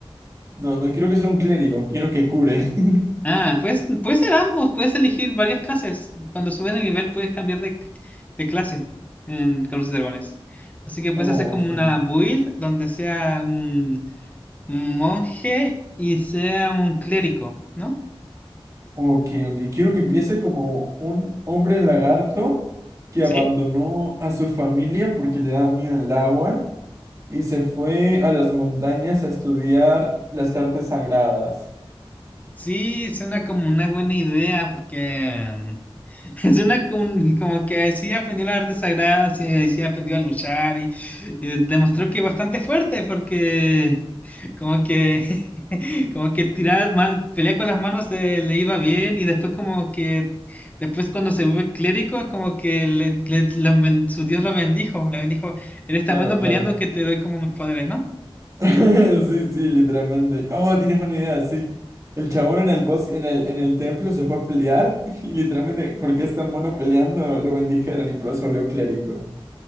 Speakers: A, on the right; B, on the left.
A: No, no quiero que sea un clérigo, quiero que cure. <laughs>
B: Ah, pues puede ser ambos, puedes elegir varias clases. Cuando subes de nivel puedes cambiar de, de clase en Carlos y Dragones. Así que puedes
A: Oh,
B: hacer como
A: ok.
B: una build donde sea un monje y sea un clérigo, ¿no?
A: Ok, ok. Quiero que empiece como un hombre lagarto que
B: ¿Sí?
A: abandonó a su familia porque le da miedo el agua y se fue a las montañas a estudiar las artes sagradas.
B: Sí, suena como una buena idea porque <laughs> suena como, como que sí aprendió la arte sagrada, sí, sí aprendió a luchar y, y demostró que es bastante fuerte porque como que <laughs> como que tirar mal, pelear con las manos eh, le iba bien y después como que después cuando se vuelve clérigo como que le, le- lo ben- su Dios lo bendijo, le bendijo, eres
A: Claro,
B: tan bueno
A: claro.
B: peleando que te doy como mis poderes, ¿no?
A: <laughs> Sí, sí, literalmente. Oh, tienes buena idea, sí. El chabón en el bosque, en el, en el templo se fue a pelear <laughs> y literalmente, porque es tan bueno peleando, lo bendijeron y por eso volvió clérigo.